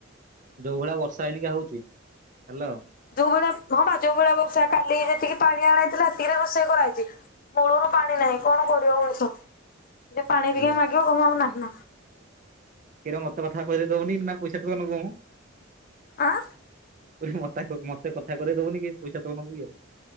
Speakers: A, on the right; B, on the left.
A: ଯୋଉ ଭଳିଆ ବର୍ଷା ହେଇନିକି ହଉଚି ହାଲୋ।
B: ଯୋଉ ଭଳିଆ ହଁବା ଯୋଉ ଭଳିଆ ବର୍ଷା କାଲି ଯେତିକି ପାଣି ଆଣା ହୋଇଥିଲା ସେତିକିରେ ରୋଷେଇ କରାହୋଇଚି। ମୂଳରୁ ପାଣି ନାହିଁ କଣ କରିବ ମଣିଷ ଯେ ପାଣି
A: ଓ
B: ଟିକେ ମାଗିବ କହିବୁ ଆଉ ନାହିଁ ନା।
A: କିରେ ମତେ କଥାକହିତେ ଦଉନି ନାପଇସା ଦବୁନୁ।
B: ଆଁ?
A: ମତା ମତେ କଥା କରେଇ ଦୋବନିକି ପଇସା ତ ନେବୁକି ଆଉ।